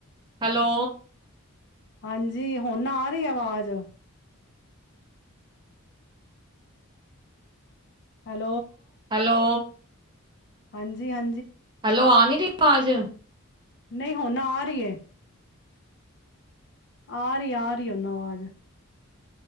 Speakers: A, on the right (about 20°); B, on the left (about 50°).
A: ਹੈਲੋ
B: ਹਾਂਜੀ ਹੁਣ ਨਾ ਆ ਰਹੀ ਆਵਾਜ਼ ਹੇਲ
A: ਹੈਲੋ
B: ਹਾਂਜੀ ਹਾਂ
A: ਹੈਲੋ ਆਨੀ ਰੀ ਪਾਜ਼
B: ਨਹੀਂ ਹੁਣ ਆ ਰਹੀ ਹੈ ਆ ਰਹੀ ਆ ਰਹੀ ਓਨਾ ਆਵਾਜ਼